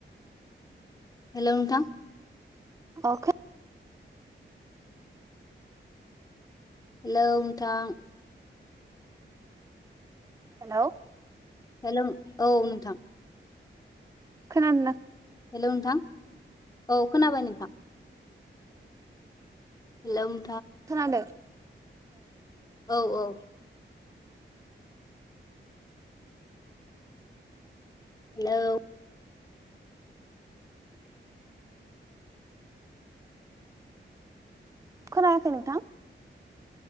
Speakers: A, on the left; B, on the right.
A: हेल' नोंथा।
B: अ खो--।
A: हेल' नोंथां।
B: हेल'।
A: हेल' औ नोंथां।
B: खोनादों ना।
A: हेल' नोंथां औ खोनाबाय नोंथां। हेल'।
B: खोनादों।
A: औ औ हेलौ
B: खोनायाखै नोंथां।